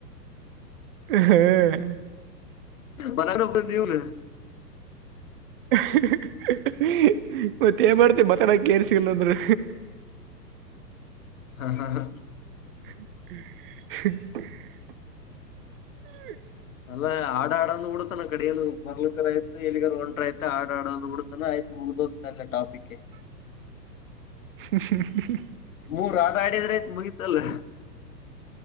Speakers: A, on the right; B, on the left.
A: ಹೆ ಹೆ ಹ
B: ಮಲನೂ ಬಂದ್ ನೀನ
A: <unintelligible> ಮತ್ತೇನ್ ಮಾಡ್ತಿ ಮಾತಡಕ್ಕೆ ಕೇಳಸಿಲ್ಲ ಅಂದ್ರೆ
B: ಹಾ ಹಾ ಹಾ
A: <inaudible>
B: ಅಲ್ಲ ಆ ಆ ಆಡ್ ಬೂಡತಾನ ಕಡೆಯದು ಬರ್ಲಕರ್ ಐ ಎಲ್ಲಿಗರ್ ಒಂಟ್ರೆ ಐತ ಆಡ ಆಡೋ ಬಿಡತಾನ ಆಯ್ತ್ ಮುಗ್ ಟಾಪಿಕೆ
A: <inaudible> <unintelligible> ಹ್ಮ ಹ್ಮ
B: ಮೂರು ಹಾಡು ಆಡಿದ್ರೆ ಆಯ್ತ್ ಮುಗೀತಲ್ಲೆ